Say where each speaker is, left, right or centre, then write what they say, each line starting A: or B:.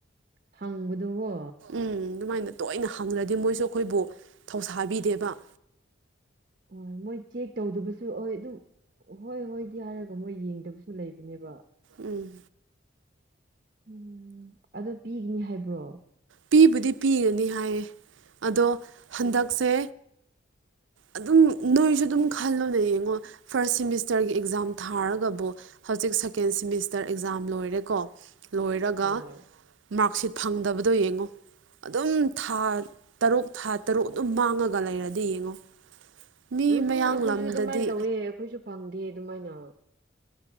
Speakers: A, on the right; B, on the right.
A: ꯍꯪꯕꯗꯨ ꯍꯣ
B: ꯎꯝ ꯑꯗꯨꯃꯥꯏꯅ ꯇꯣꯏꯅ ꯍꯪꯂꯗꯤ ꯃꯣꯏꯁꯨ ꯑꯩꯈꯣꯏꯕꯨ ꯊꯧꯁꯥꯕꯤꯗꯦꯕ
A: ꯑꯣ ꯃꯣꯏ ꯆꯦꯛ ꯇꯧꯗꯕꯁꯨ ꯑꯍꯣꯏ ꯑꯗꯨꯝ ꯍꯣꯏ ꯍꯣꯏꯗꯤ ꯍꯥꯏꯔꯒ ꯃꯣꯏ ꯌꯦꯡꯗꯕꯁꯨ ꯂꯩꯕꯅꯦꯕ
B: ꯎꯝ
A: ꯎꯝ ꯑꯗꯨ ꯄꯤꯒꯅꯤ ꯍꯥꯏꯕ꯭ꯔꯣ
B: ꯄꯤꯕꯨꯗꯤ ꯄꯤꯒꯅꯤ ꯍꯥꯏꯌꯦ ꯑꯗꯣ ꯍꯟꯗꯛꯁꯦ
A: ꯎꯝ
B: ꯑꯗꯨꯝ ꯅꯣꯏꯁꯨ ꯑꯗꯨꯝ ꯈꯜꯂꯨꯅꯦ ꯌꯦꯡꯉꯣ ꯐꯥꯔꯁ ꯁꯤꯃꯤꯁꯇꯔꯒꯤ ꯑꯦꯛꯖꯥꯝ ꯊꯥꯔꯒꯕꯨ ꯍꯧꯖꯤꯛ ꯁꯦꯀꯦꯟ ꯁꯤꯃꯤꯁꯇꯔ ꯑꯦꯛꯖꯥꯝ ꯂꯣꯏꯔꯦꯀꯣ ꯂꯣꯏꯔꯒ
A: ꯍꯣꯏ
B: ꯃꯥꯔꯛꯁꯤꯠ ꯐꯪꯗꯕꯗꯣ ꯌꯦꯡꯉꯣ ꯑꯗꯨꯝ ꯊꯥ ꯇꯔꯨꯛ ꯊꯥ ꯇꯔꯨꯛ ꯑꯗꯨꯝ ꯃꯥꯡꯉꯒ ꯂꯩꯔꯗꯤ ꯌꯦꯡꯉꯣ ꯃꯤ
A: ꯎꯝ
B: ꯃꯌꯥꯡ
A: ꯑꯩꯈꯣꯏꯁꯨ
B: ꯂꯝꯗꯗꯤ
A: ꯑꯗꯨꯃꯥꯏꯅ ꯇꯧꯋꯦ ꯑꯩꯈꯣꯏꯁꯨ ꯐꯪꯗꯦ ꯑꯗꯨꯃꯥꯏꯅ